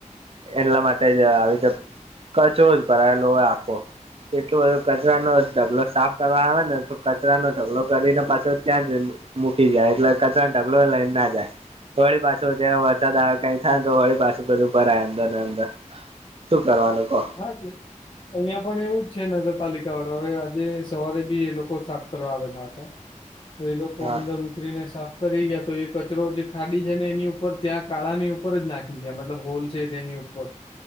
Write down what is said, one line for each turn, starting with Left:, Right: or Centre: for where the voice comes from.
Right: એટલા માટે જ આવી રીતે કચરો જ ભરાયેલો હોય, આખો. એટલો બધો કચરાનો ઢગલો સાફ કરવા આવે ને, તો કચરાનો ઢગલો કરીને, પાછો ત્યાં જ મૂકી જાય, એટલે કચરા ઢગલો એલ ના જાય. હોળી પાછો જે વરસાદ આવે કઈ થાય, તો હોળી પાછું બધું ભરાય અંદર ને અંદર. શું કરવાનું કહો?
Left: હા, જ. અહિયાં પણ એવું જ છે. નગરપાલિકા વાળા હવે આજે સવારે બી એ લોકો સાફ કરવા આવેલા હતા. એ લોકો
Right: હા
Left: અંદર. કતરીને સાફ કરી ગયા તો, એ કચરો જે ખાડી છે ને, એની ઉપર ત્યાં કાળા ની ઉપર જ નાખી. મતલબ, હોલસેલ તેેની ઉપર